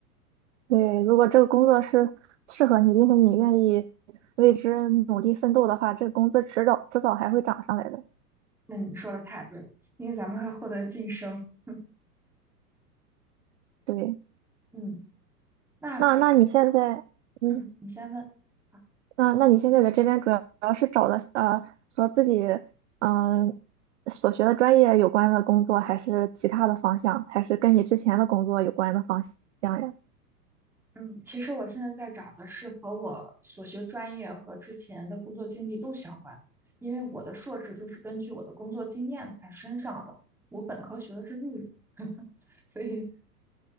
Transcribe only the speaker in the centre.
那你说的太对了，因为咱们会获得晋升。<laughs>
嗯，那
嗯，你先问。好
嗯，其实我现在在找的是和我所学专业和之前的工作经历都相关的因为我的硕士就是根据我的工作经验才升上的，我本科学的是日语，<laughs> 所以